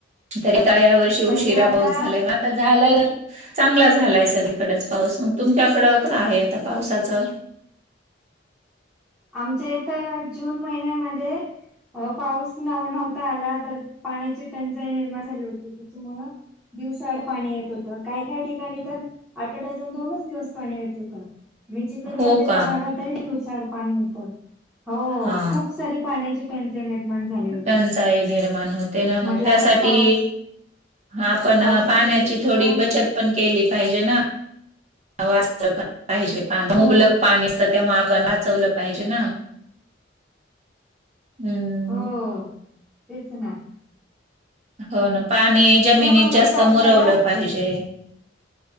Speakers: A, on the right; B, in the centre.
A: तर या वर्षी उशिरा
B: पण ते आता
A: पाऊस झालाय मग. तर झालंय तर चांगला झालाय सगळीकडेच पाऊस मग तुमच्याकडं का आहे आता पावसाचं.
B: आमच्या इथं जून महिन्यामध्ये. पा पाऊस नव नव्हता आला तर पाण्याची टंचाई निर्माण झाली होती ती तुमहाला. दिवसाआड पाणी येत होतं काय काय ठिकाणी तर आठवडयातून दोनच दिवस पाणी येत होतं. मी जिकडे राहते
A: हो का
B: त्या भागातातरी दिवसाड पाणी होतं. हो
A: हा
B: खूप सारी पाण्याची टंचाई निर्माण झाली होती.
A: टंचाई निर्माण होती. तेन
B: म्हटलं
A: मग त्यासाठी
B: आता पाऊस
A: आपण
B: पाऊस
A: पाण्याची
B: कधी येतो
A: थोडी
B: काय माहित
A: बचत पण केली पाहिजे ना? वाचवलं पण पाहिजे पा
B: हो
A: मुबलक पाणी असत तेव्हा आपण वाचवलं पाहिजे ना. हम्म
B: हो तेच नां‌.
A: हो ना पाणी जमिनीत
B: महिना
A: जास्त
B: स्टार्ट
A: मुरवलं
B: झाला
A: पाहिजे.